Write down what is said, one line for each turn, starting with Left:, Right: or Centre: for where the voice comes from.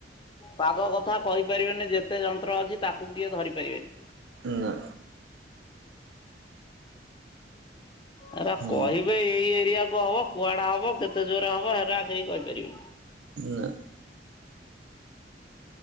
Left: ପାଗ କଥା କହିପାରିବେନି। ଯେତେ କେତେ ଯନ୍ତ୍ର ଅଛି ତାକୁ ବି ଧରି ପାରିବେନି।
Right: ନା।
Left: ଏରା
Right: ହୁଁ।
Left: କହିବେ ଏଇ ଏଇ ଆକୁ ହବ କୁଆଡେ ହବ କେତେ ଜୋରରେ ହବ ହେରା କେହି କହିପାରିବେନି।
Right: ନା।